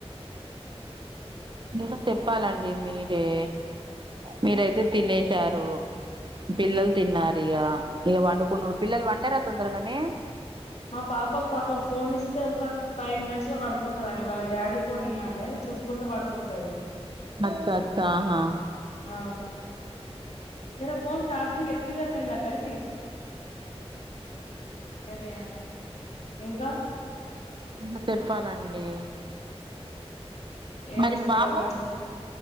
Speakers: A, on the right; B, on the left.
A: ఇంకా తెప్పాలండి మీరే మీరైతే తినేశార్ రు పిల్లలు తిన్నారు ఇగ ఇగ పండుకొనుడు పిల్లలు పంటారా తొందరగానే
B: మా పాపకు పాపం ఫోన్ ఇస్తే ఒక ఫైవ్ మినిట్స్ లో పడుకుంటదండి వాళ్ళ డాడీ ఫోన్ ఇయ్యాలి చూసుకుంటే పడుకుంటది
A: అచ్చచ్చా హా
B: ఆ జరా ఫోన్ చార్జింగ్ ఎత్తి దేర్నాయె లాగాయె కి యగియా ఇంకా
A: ఇంగ చెప్పాలండి
B: ఏ
A: మరి
B: చెప్పాలండి
A: బాబు